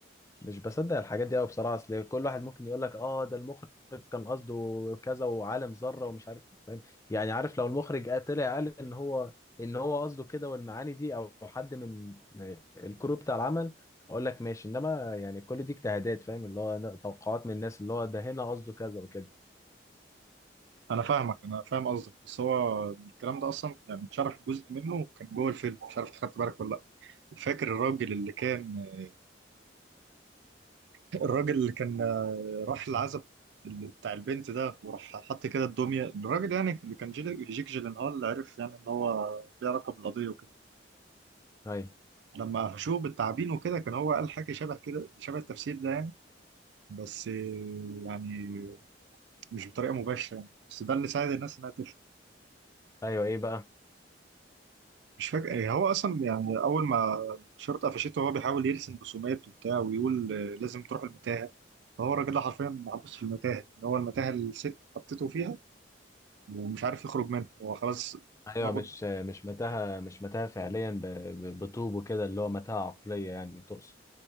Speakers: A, on the left; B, on the right.
A: مش بصدق الحاجات دي قوي بصراحه اصل كل واحد ممكن يقول لك اه ده المخرج كان قصده كذا وعالم ذره ومش عارف فاهم يعني عارف لو المخرج قال- طلع قال ان هو ان هو قصده كده والمعاني دي او حد من الكرو بتاع العمل اقول لك ماشي انما يعني كل دي اجتهادات فاهم اللي هو ن- توقعات من الناس اللي هو ده هنا قصده كذا وكده
B: انا فاهمك انا فاهم قصدك بس هو الكلام ده اصلا يعني اتشرح جزء منه كان جوه الفيلم مش عارف خدت بالك ولا لا فاكر الراجل اللي كان آه، الراجل اللي كان آه، راح العزب اللي بتاع البنت ده وراح حط كده الدميه الراجل يعني اللي كان جيل- جيك جيلنهال اللي عرف يعني ان هو ليه علاقه بالقضيه وكده
A: ايوه
B: لما قفشوه بالتعابين وكده كان هو قال حاجه شبه كده شبه التفسير ده يعني بس آه، يعني مش بطريقه مباشره يعني بس ده اللي ساعد الناس انها تفهم
A: ايوه ايه بقى
B: مش فاكر ايه هو اصلا يعني اول ما الشرطه قفشته هو بيحاول يرسم رسومات وبتاع ويقول آه، لازم تروح المتاهه فهو الراجل ده حرفيا محبوس في المتاهه ان هو المتاهه اللي الست حطيته فيها ومش عارف يخرج منها هو خلاص
A: ايوه
B: دماغه
A: مش مش متاهه مش متاهه فعليا ب- ب- بطوب وكده اللي هو متاهه عقليه يعني تقصد